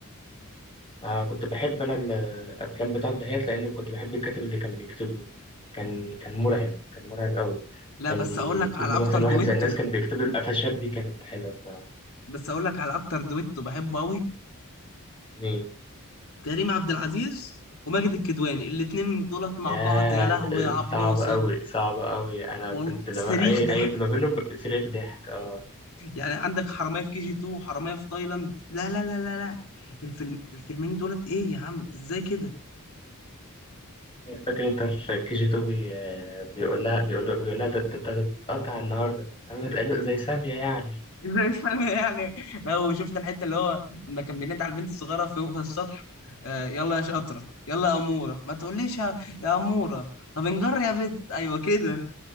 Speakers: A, on the left (about 25°); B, on the left (about 70°).
A: آه كنت بحب أنا الأفلام بتاعت دهيات لأن كنت بحب الكاتب اللي كان بيكتب له كان كان مرعب كان مرعب قوي
B: لا
A: كان
B: بس
A: بيجيب
B: اقول لك على
A: له
B: اكتر
A: مثلا
B: دويتو
A: واحد زي الناس كان بيكتب له القفشات دي كانت حلوة الصراحة
B: بس اقول لك على اكتر دويتو بحبه قوي
A: مين
B: كريم عبد العزيز وماجد الكدواني الاتنين دولت مع
A: ده
B: بعض يا لهوي
A: ده
B: يا عبد
A: صعب
B: ناصر
A: قوي صعب قوي أنا
B: وال-
A: كنت لما
B: صريخ
A: أي
B: ضحك
A: أي ما بينهم صريخ ضحك اه
B: يعني عندك حراميه في كي جي 2 وحراميه في تايلاند لا لا لا لا لا الفيلم الفيلمين دولت ايه يا عم ازاي كده
A: فاكر انت في كي جي 2 بي... آه، بيقول لها بيقول لها بيقول لها ده, ده انت هتتقطع النهارده انا متقلق زي سامية يعني
B: <laughs> زي الفل يعني لو شفت الحته اللي هو لما كان بينادي على البنت الصغيره فوق في السطح آه، يلا يا شاطره يلا يا اموره ما تقوليش يا يا اموره طب انجر يا بت ايوه كده